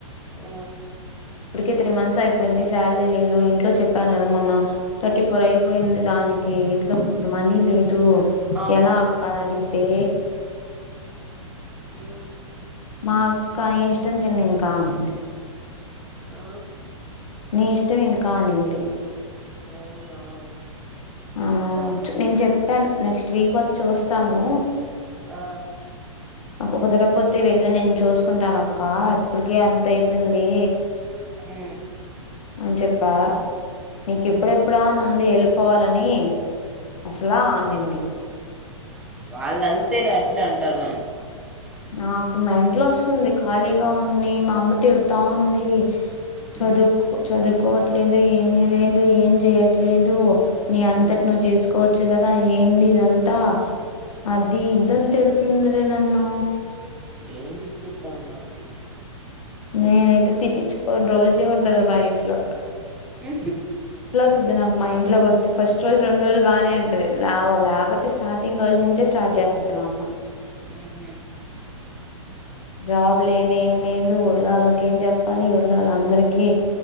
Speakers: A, in the centre; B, on the left (about 80°).
A: ఆ
B: ఇప్పటికే త్రీ మంత్స్ అయిపోయింది. శాలరీ లేదు ఇంట్లో చెప్పాను కదా మొన్న థర్టీ ఫోర్ అయిపోయింది. దానికి ఇంట్లో మనీ లేదు
A: ఆ
B: ఎలా అక్క నడితే
A: ఉ
B: నా కానీ ఇష్టం చెందినుకా అనింటి
A: ఆ
B: నీ ఇష్టం ఇంకా అనింది
A: అవునా <inaudible>
B: ఆ
A: సరేలే
B: నేను చెప్పాను నెక్స్ట్ స్ వర్ చూస్తాను
A: ఆ
B: ఒక తర పోతే వెళ్ళి నేను చూసుకుంటాన అక్క ఇప్పటిక అంత అయిపోయింది.
A: అ
B: అవును చెప్పా నీకు
A: మ్మ్
B: ఎప్పుడెప్పుడా నంది ఎలు పోలని అసలా అ నింది
A: వాళ్ళంతే న అట్లా అంట అంటారు కానీ
B: నాకు మా మెంటల్ వస్తుంది. ఖాళీగా ఉడి మా అమ్మ తిడతా ఉంది. చద
A: మ్మ్
B: చదు కోవట్లేదు ఏమిీ లేదు ఏం చేయట్లేదు నీ అంతటి
A: మ్మ్
B: నువ్వు చేసుకోవచ్చు చ్చిగద ఏంద ఇద అంతా అదిది ఇంతతుంద్రే నన్ను
A: ఏంటి తెరుతా ఆంటీ
B: నేనైయితే తిటిచ్చి పోను రోజే ఉండదు మా ఇంట్లో
A: ఏ
B: వ నాకు మా ఇంట్లోకి వస్తే ఫస్ట్ రోజు రెండు రోజులు బాగానే ఉంటది. లేకపోతే స్టార్టింగ్ రోజు నుంచే స్టార్ట్ చేస్తుది మా అమ్మ.
A: ఆహమ్
B: జాబ్ లేదు ఏమి లేదు ళ్ళ వాళ్ళకి ఏం చెప్పాలి. వళ్ళ వాళ్ళ అందరికీ